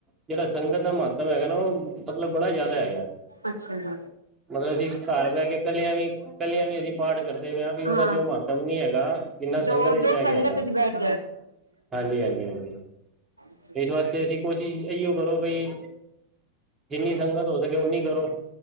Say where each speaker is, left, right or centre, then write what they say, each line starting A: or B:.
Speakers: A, on the right; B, on the right.
A: ਜਿਹੜਾ ਸੰਗਤ ਦਾ ਮਹੱਤਵ ਹੈਗਾ ਨਾ ਉਹ ਮਤਲਬ ਬੜਾ ਜਾਦਾ ਹੈਗਾ।
B: ਅੱਛਾ ਜੀ
A: ਮਤਲਬ ਅਸੀਂ ਘਰ ਬਹਿ ਕੇ ਕੱਲਿਆਂ ਵੀ ਕਲਿਆਂ ਵੀ ਅਸੀਂ ਪਾਠ ਕਰਦੇ ਪਏ ਆ
B: ਹਾਂ
A: ਵੀ ਉਹਦਾ ਜੋ ਮਹ ਤਮ ਨੀ ਹੈਗਾ ਜਿਨ੍ਹਾਂ ਨਾ
B: ਜੋ
A: ਸੰਗਤ ਵਿੱਚ
B: ਜੋ
A: ਬੈ
B: ਸੰਗਤ
A: ਕੇ ਹੈਗਾ,
B: ਚ ਬੈਠ
A: ਹਾਂਜੀ-ਹਾਂਜੀ, ਹਾਂਜੀ।
B: ਹ
A: ਇਸ ਵਾਸਤੇ ਅਸੀਂ ਕੋਸ਼ਿਸ਼ ਇਓ ਕਰੋ ਬਈ ਜਿੰਨੀ ਸੰਗਤ ਹੋ ਸਕੇ ਉਨੀ ਕਰੋ।